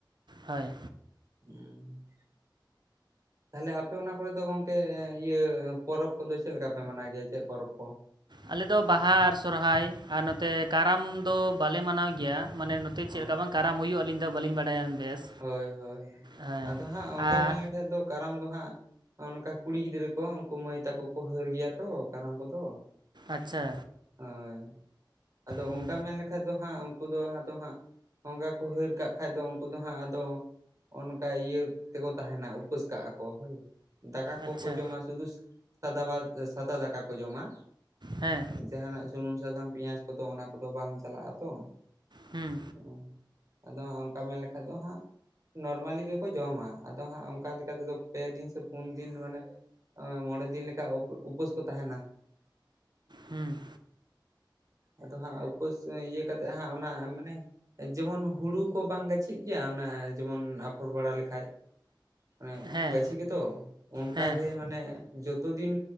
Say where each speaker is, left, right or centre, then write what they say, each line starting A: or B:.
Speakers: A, on the right; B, on the right.
A: ᱦᱳᱭ
B: <inaudible> ᱛᱟᱦᱞᱮ ᱟᱯᱮ ᱚᱱᱟ ᱠᱚᱨᱮ ᱫᱚ ᱜᱚᱝᱠᱮ ᱤᱭᱟᱹ ᱯᱚᱨᱚᱵᱽ ᱠᱚᱫᱚ ᱪᱮᱫ ᱞᱮᱠᱟ ᱯᱮ ᱢᱟᱱᱟᱣ ᱜᱮᱭᱟ ᱪᱮᱫ ᱯᱚᱨᱚᱵᱽ ᱠᱚ
A: ᱟᱞᱮ ᱫᱚ ᱵᱟᱦᱟ ᱟᱨ ᱥᱚᱦᱨᱟᱭ ᱟᱨ ᱱᱚᱛᱮ ᱠᱟᱨᱟᱢ ᱫᱚ ᱵᱟᱞᱮ ᱢᱟᱱᱟᱣ ᱜᱮᱭᱟ ᱢᱟᱱᱮ ᱛᱮ
B: ᱚ
A: ᱪᱮᱫ ᱞᱮᱠᱟ ᱵᱟᱝ ᱠᱟᱨᱟᱢ ᱦᱩᱭᱩᱜᱼᱟ ᱟᱹᱞᱤᱧ ᱫᱚ ᱵᱟᱞᱤᱧ ᱵᱟᱰᱟᱭᱟ ᱵᱮᱥ
B: ᱦᱳᱭ ᱦᱳᱭ
A: ᱦᱮᱸ
B: ᱟᱫᱚ ᱦᱟᱸᱜ ᱚᱱᱠᱟ
A: ᱟᱨ
B: ᱢᱮᱱ ᱞᱮᱠᱷᱟᱡ ᱫᱚ ᱠᱟᱨᱟᱢ ᱫᱚ ᱦᱟᱸᱜ ᱚᱱᱠᱟ ᱠᱩᱲᱤ ᱜᱤᱫᱽᱨᱟᱹ ᱠᱚ ᱩᱱᱠᱩ ᱢᱟᱹᱭ ᱛᱟᱠᱚ ᱠᱚ ᱦᱟᱹᱨ ᱜᱮᱭᱟ ᱛᱚ ᱠᱟᱨᱟᱢ ᱠᱚᱫᱚ
A: ᱟᱪᱪᱷᱟ
B: ᱦᱳᱭ ᱟᱫᱚ
A: ᱦᱩᱸ
B: ᱚᱱᱠᱟ ᱢᱮᱱᱠᱷᱟᱱ ᱠᱷᱟᱱ ᱫᱚ ᱦᱟᱸᱜ ᱩᱱᱠᱩ ᱫᱚ ᱟᱫᱚ ᱦᱟᱸᱜ ᱚᱱᱠᱟ ᱠᱚ ᱦᱟᱹᱨ ᱠᱟᱜ ᱠᱷᱟᱡ ᱫᱚ ᱩᱱᱠᱩ ᱫᱚ ᱦᱟᱸᱜ ᱟᱫᱚ ᱚᱱᱠᱟ ᱤᱭᱟᱹ ᱛᱮᱠᱚ ᱛᱟᱦᱮᱱᱟ ᱩᱯᱟᱹᱥ ᱠᱟᱜᱼᱟ ᱠᱚ ᱦᱳᱭ ᱫᱟᱠᱟ ᱠᱚᱠᱚ
A: ᱟᱪᱪᱷᱟ
B: ᱡᱚᱢᱟ ᱥᱩᱫᱩ ᱥᱟᱫᱟ ᱵᱟ ᱥᱟᱫᱟ ᱫᱟᱠᱟ ᱠᱚ ᱡᱚᱢᱟ
A: ᱦᱮᱸ
B: ᱡᱟᱦᱟᱱᱟᱜ ᱥᱩᱱᱩᱢ ᱥᱟᱥᱟᱝ ᱯᱤᱸᱭᱟᱪ ᱠᱚᱫᱚ ᱚᱱᱟ ᱠᱚᱫᱚ ᱵᱟᱝ ᱪᱟᱞᱟᱜᱼᱟ ᱛᱚ
A: ᱦᱩᱸ
B: <unintelligible> ᱟᱫᱚ ᱦᱟᱸᱜ ᱚᱱᱠᱟ ᱢᱮᱱ ᱞᱮᱠᱷᱟ ᱫᱚ ᱦᱟᱸᱜ ᱱᱚᱨᱢᱟᱞᱤ ᱜᱮᱠᱚ ᱡᱚᱢᱟ ᱟᱫᱚ ᱦᱟᱸᱜ ᱚᱱᱠᱟ ᱞᱮᱠᱟ ᱛᱮᱫᱚ ᱯᱮ ᱫᱤᱱ ᱥᱮ ᱯᱩᱱ ᱫᱤᱱ ᱢᱟᱱᱮ ᱢᱚᱬᱮ ᱫᱤᱱ ᱞᱮᱠᱟ ᱩᱯᱟᱹᱥ ᱠᱚ ᱛᱟᱦᱮᱱᱟ
A: ᱦᱩᱸ
B: ᱟᱫᱚ ᱦᱟᱸᱜ ᱩᱯᱟᱹᱥ ᱤᱭᱟᱹ ᱠᱟᱛᱮᱫ ᱦᱟᱸᱜ ᱚᱱᱟ ᱢᱟᱱᱮ ᱡᱮᱢᱚᱱ ᱦᱩᱲᱩ ᱠᱚ ᱵᱟᱝ ᱜᱟᱪᱷᱤ ᱜᱮᱭᱟ ᱚᱱᱟ ᱡᱮᱢᱚᱱ ᱟᱯᱷᱚᱨ ᱵᱟᱲᱟ ᱞᱮᱠᱷᱟ ᱢᱟᱱᱮ
A: ᱦᱮᱸ
B: ᱜᱟᱹᱪᱷᱤ ᱜᱮᱛᱚ ᱚᱱᱠᱟ
A: ᱦᱮᱸ
B: ᱜᱮ ᱢᱟᱱᱮ ᱡᱚᱛᱚ ᱫᱤᱱ